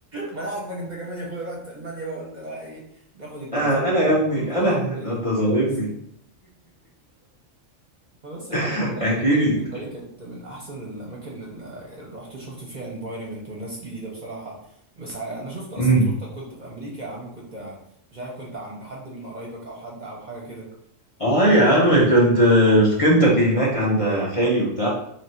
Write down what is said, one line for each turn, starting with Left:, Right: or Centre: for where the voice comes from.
Right: ما انا عارفك انت كمان يا اخويا رحت المانيا بقى قلت بقى ايه ناخد الجنسيه
Left: آه انا يا ابني
Right: نتجوز لنا
Left: انا
Right: واحده من
Left: ده
Right: هناك
Left: انت
Right: وخلاص
Left: ظالمني
Right: فبس يا معلم
Left: <laughs>
Right: والله
Left: احكي
Right: بالي
Left: لي
Right: بالنسبه لي كانت من احسن الاماكن اللي رحت شفت فيها انفايرمنت والناس جديده بصراحه بس ع- انا شفت اصلا
Left: أمم.
Right: صورتك كنت في امريكا يا عم كنت مش عارف كنت عند حد من قرايبك او حد او حاجه كده
Left: اه يا عم كنت في كنتاكي هناك عند خالي وبتاع